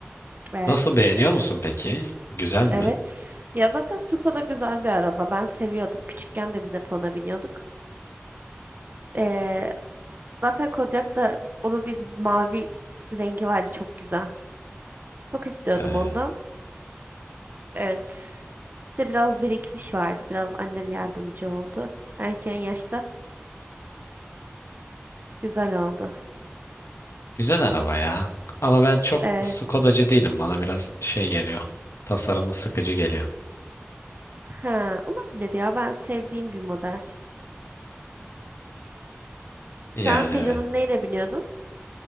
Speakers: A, on the right; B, on the left.
A: Evet.
B: Nasıl beğeniyor musun peki? Güzel mi?
A: Evet. Ya zaten Skoda güzel bir araba. Ben seviyordum. Küçükken de bize Pona biniyorduk. Ee, Zaten Kodiak'ta onun bir mavi rengi vardı çok güzel. Çok istiyordum
B: Ee,
A: ondan. Evet. İşte biraz birikmiş vardı. Biraz annem yardımcı oldu. Erken yaşta güzel oldu.
B: güzel araba ya. Ama ben çok
A: Ee,
B: Skodacı değilim. Bana biraz şey geliyor. Tasarımı sıkıcı geliyor.
A: ha, olabilir ya. Ben sevdiğim bir model. Şu
B: Yani
A: an Peugeot'un
B: evet.
A: neyine biniyordun?